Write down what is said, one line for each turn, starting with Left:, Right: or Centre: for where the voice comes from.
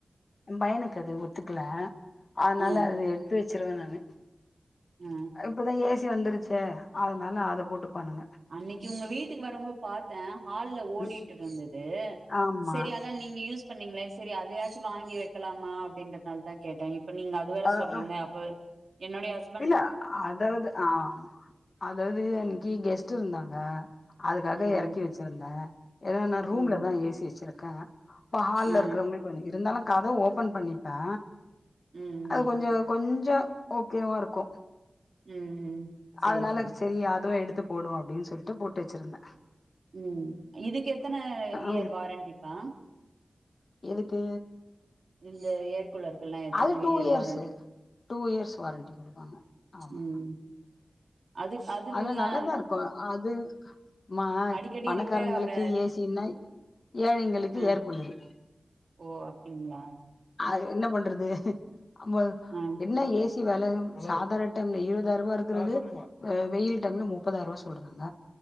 Left: ன் பையனுக்கு அது ஒத்துக்குல அதுனால
Right: ஆ
Left: அது எடுத்து வச்சிருவே நானு
Right: ஆ
Left: இப்பதா ஏசி வந்துருச்சே அதுனால அத போட்டுப்போ நாங்க
Right: அன்னைக்கு உங்க வீட்டுக்கு வரமோது பாத்த ஹால்ல ஓடிட்டிருந்தது
Left: ம் ஆமா
Right: செரி அதா நீங்க யூஸ் பண்ணீங்ளே செரி அதயாச்சு வாங்கி வைக்கலாமா அப்டின்றத்னால்தா கேட்டே இப்ப நீங்க அது வேற
Left: அ
Right: சொல்றீங்ளே
Left: அ
Right: ப்ப என்னுடைய ஹஸ்
Left: இல்ல அதாவ்து ஆ அதாவ்து அன்னைக்கி கெஸ்ட் இருந்தாங்க அதுக்காக
Right: ம்
Left: எறக்கி வச்சிர்ந்த ஏனா நா ரூம்ல
Right: ம்
Left: தா ஏசி வச்சிருக்க அப்ப ஹால்ல
Right: ஆ
Left: இருக்குறவுங்ளு பண்ணி இருந்தாலு கதவ் ஓபன் பண்ணிப்ப
Right: ம் ம்
Left: அது கொஞ்சோ கொஞ்சோ கியூ இருக்கு
Right: ம் ம் சேரி
Left: அதுனால
Right: சேரி
Left: செரி அதுவு எடுத்து போடுவோ அப்டின் சொல்ட்டு போட்டு வச்சிர்ந்த
Right: ம் இதுக்கு எத்தன இயர்
Left: ம்
Right: வாரண்டிப்பா
Left: எதுக்கு
Right: இந்த ஏர் கூலர்க்குலா எத்தன
Left: அது two
Right: year
Left: years
Right: warranty
Left: two years warranty குடுப்பாங்க ஆமா
Right: ம் அது அதுக்கெல்லா
Left: அது நல்லாதா இருக்கு அது மா
Right: அடிக்கடி
Left: பணக்காரங்களுக்கு
Right: ரிப்பேர் ஆவுற
Left: ஏசினா ஏழைங்களுக்கு
Right: ஆ
Left: ஏர் கூலரு
Right: ஓ அப்டிங்ளா
Left: அது என்ன பண்றது அபோ
Right: ம்
Left: என்ன ஏசி வெல சாதார டைம்ல இருவ்தாய்ர்ருபா இருக்குறது அ வெயில் டைம்ல மு ப்பதார்வா சொல்றாங்க